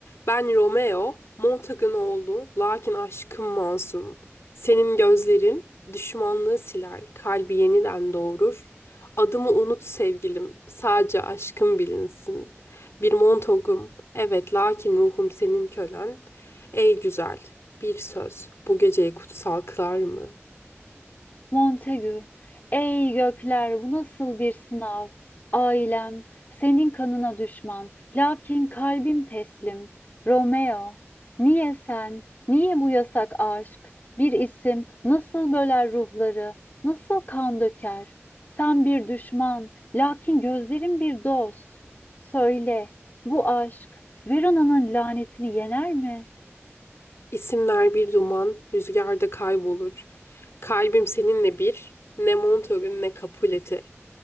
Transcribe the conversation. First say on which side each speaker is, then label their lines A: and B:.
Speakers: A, on the left; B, on the left.
A: Ben Romeo, Montagın oğlu, lakin aşkım masum. Senin gözlerin düşmanlığı siler, kalbi yeniden doğurur. Adımı unut sevgilim, sadece aşkım bilinsin. Bir Montagım, evet lakin ruhum senin kölen. Ey güzel, bir söz bu geceyi kutsal kılar mı?
B: Montagu, ey gökler bu nasıl bir sınav? Ailem, senin kanına düşman, lakin kalbim teslim. Romeo, niye sen, niye bu yasak aşk? Bir isim nasıl böler ruhları, nasıl kan döker? Sen bir düşman, lakin gözlerim bir dost. Söyle, bu aşk Verona'nın lanetini yener mi?
A: İsimler bir duman, rüzgarda kaybolur. Kalbim seninle bir, ne Montauk'un ne Capulet'i.